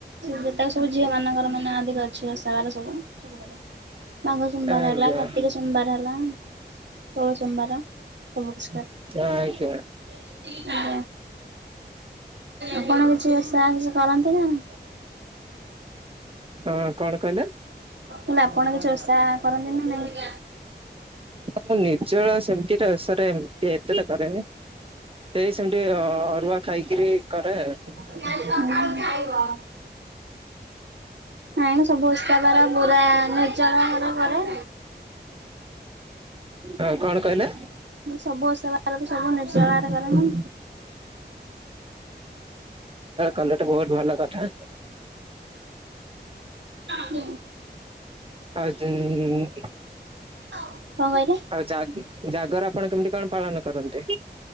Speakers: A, on the right; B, on the right.
A: ଯେତକ ସବୁ ଝିଅମାନଙ୍କର ମାନେ ଅଧିକ ଅଛି ଓଷା ବାର ସବୁ ସବୁ। ସୋମବାରେ ମାଘ ସୋମବାରେ
B: ଆଜ୍ଞା
A: ହେଲା କାର୍ତ୍ତିକ ସୋମବାର ହେଲା ଷୋଳ ସୋମବାର ସବୁ <unintelligible> ସୋମବାର
B: ଆଜ୍ଞା
A: ଆଉ ଆପଣ କିଛି ଓଷା କିଛି କରନ୍ତି ନା ନାହିଁ?
B: ହଁ କଣ କହିଲେ?
A: ମୁଁ କହିଲି ଆପଣ କିଛି ଓଷା କରନ୍ତି ନା ନାଇଁ?
B: ହଁ ନିର୍ଜଳା ସେମିତି ଟା ଓଷା ରେ ଏମତି ଏତେଟା କରେନି ସେଇ ସେମତି ଅ ଅରୁଆ ଖାଇକିରି କରେ ଆଉ
A: ହୁଁ। ନାଇଁ ନାଇଁ ସବୁ ଓଷା ବାର ପୁରା ନିର୍ଜଳା ଭାବେ କରେ
B: ହଁ କଣ କହିଲେ?
A: ମୁଁ ସବୁ ଓଷା ବାରରେ ସବୁ ନିର୍ଜଳାରେ କରେ ମୁଁ।
B: କଲେ ତ ବହୁତ ଭଲ କଥା।
A: ହୁଁ।
B: <unintelligible>
A: କଣ କହିଲେ?
B: ଜାଗ୍ ଜାଗର ଆପଣ କେମିତି କଣ ପାଳନ କରନ୍ତି?